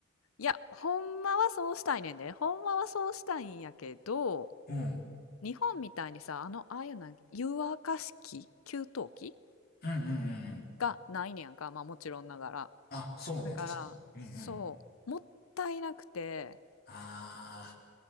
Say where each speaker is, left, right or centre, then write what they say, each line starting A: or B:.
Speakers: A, on the left; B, on the left.
A: いや、ほんまはそうしたいねんで。ほんまはそうしたいんやけど、
B: うん。うん
A: 日本みたいにさ、あの、ああいうな湯沸かし器、給湯器
B: うんうんうん。
A: がないねやんか。まあもちろんながら。
B: あ、そうね、
A: だから、
B: 確かに。うんうん。
A: そう、もったいなくて、
B: ああ、